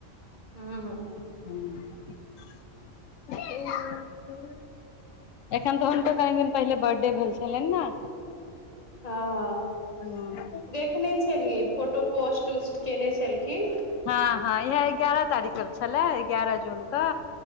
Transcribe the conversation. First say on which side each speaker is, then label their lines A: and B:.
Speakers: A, on the left (about 30°); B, on the left (about 85°).
A: हँ
B: ह एखन त हुनको कनी दिन पहिले बर्थडे भेल छेलैन न
A: हँ
B: ने
A: देखने छलिए फोटो पोस्ट उस्ट केने छलखिन
B: हँ हँ इह एगारह तारीख के छलए एगारह जूनके